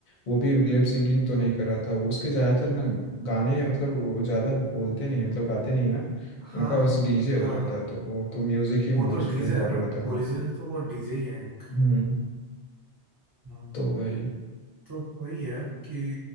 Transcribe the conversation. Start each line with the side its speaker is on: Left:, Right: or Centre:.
Left: वो भी लिप सिंकिंग तो नहीं कर रहा था वो उसके ज़्यादातर ना गाने मतलब वो ज़्यादा बोलते नहीं है मतलब गाते नहीं है ना
Right: हाँ
Left: उनका बस डीजे
Right: हाँ
Left: रहता
Right: हाँ
Left: है तो वो तो म्यूज़िक ही मोस्टली
Right: वो तो डीजे
Left: इम्पोर्टेंट
Right: है ना
Left: रहता है हाँ
Right: ओरिजिनल तो वो डीजे ही है एक
Left: हम्म
Right: हाँ
Left: तो वही
Right: तो वही है कि